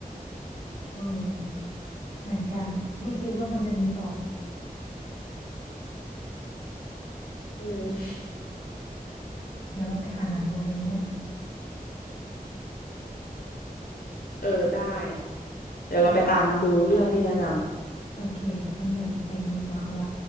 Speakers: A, on the left; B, on the left.
A: เออเหมือนกันไม่คิดว่ามันจะมีต่อ
B: อืม
A: เดี๋ยวเราไปหาหนังดูกันดีไหม
B: เออได้เดี๋ยวเราไปตามดูเรื่องที่แนะนำ
A: เออ โอเคงั้นเดี๋ยวเราไปกันดีกว่าค่ะว่า